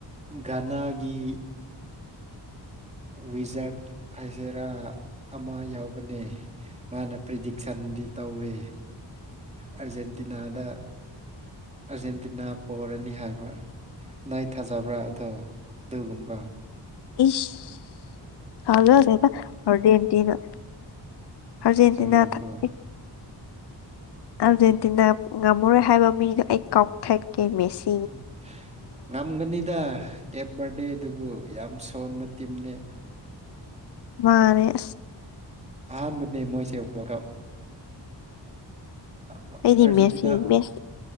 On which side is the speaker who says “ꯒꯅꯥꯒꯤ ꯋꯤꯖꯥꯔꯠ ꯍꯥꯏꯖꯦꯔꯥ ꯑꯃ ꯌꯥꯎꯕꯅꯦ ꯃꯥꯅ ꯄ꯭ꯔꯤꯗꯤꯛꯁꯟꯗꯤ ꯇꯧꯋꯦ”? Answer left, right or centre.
Right